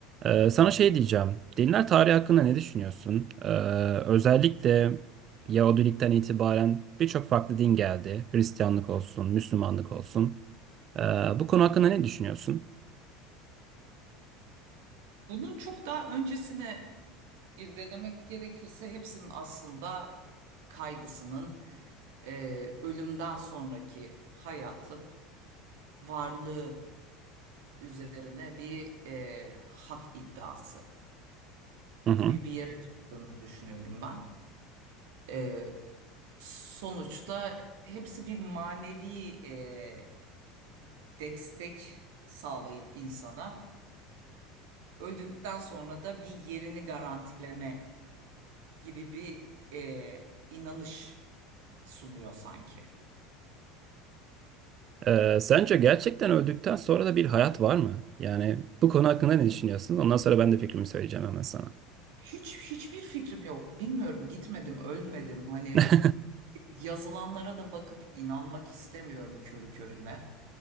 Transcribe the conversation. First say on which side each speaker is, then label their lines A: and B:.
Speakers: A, on the right; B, on the right.
A: Ee, sana şey diyeceğim. Dinler tarihi hakkında ne düşünüyorsun? Ee, özellikle Yahudilikten itibaren birçok farklı din geldi. Hristiyanlık olsun, Müslümanlık olsun. Ee, bu konu hakkında ne düşünüyorsun?
B: Bunun çok daha öncesine irdelemek gerekirse hepsinin aslında kaygısının e, ölümden sonraki hayatın varlığı üzerine bir e, hak iddiası
A: Hı hı.
B: gibi bir yere çıktığını düşünüyorum ben. E, sonuçta hepsi bir manevi e, destek sağlayıp insana öldükten sonra da bir yerini garantileme gibi bir e, inanış sunuyor sanki.
A: Ee, sence gerçekten öldükten sonra da bir hayat var mı? Yani bu konu hakkında ne düşünüyorsun? Ondan sonra ben de fikrimi söyleyeceğim hemen sana.
B: Hiç hiçbir fikrim yok. Bilmiyorum gitmedim, ölmedim. Hani
A: <laughs>
B: yazılanlara da bakıp inanmak istemiyorum körü körüne.